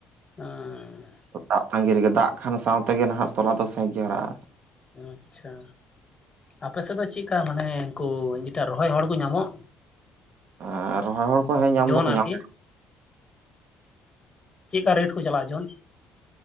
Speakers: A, on the left; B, on the right.
A: ᱚᱸᱻ
B: ᱫᱟᱜ ᱛᱟᱺᱜᱤ ᱨᱮᱜᱮ ᱫᱟᱜ ᱠᱷᱟᱱ ᱥᱟᱶ ᱛᱮᱜᱮ ᱱᱟᱦᱟᱜ ᱛᱚᱞᱟ ᱫᱚ ᱥᱮᱸᱠ ᱜᱮ ᱦᱟᱨᱟᱜ- ᱟ
A: ᱟᱪᱪᱷᱟ ᱟᱯᱮ ᱥᱮᱫ ᱫᱚ ᱪᱮᱫᱠᱟ ᱢᱟᱱᱮ ᱩᱱᱠᱩ ᱡᱮᱴᱟ ᱨᱚᱦᱚᱭ ᱦᱚᱲ ᱠᱚ ᱧᱟᱢᱚᱜ
B: ᱟᱨ ᱨᱚᱦᱚᱭ ᱦᱚᱲ ᱠᱚ ᱦᱮᱸ ᱧᱟᱢ
A: ᱡᱚᱱ
B: ᱫᱚᱠᱚ
A: ᱟᱨᱠᱤ
B: ᱧᱟᱢ
A: ᱪᱮᱫᱠᱟ ᱨᱮᱴ ᱠᱚ ᱪᱟᱞᱟᱜᱼᱟ ᱡᱚᱱ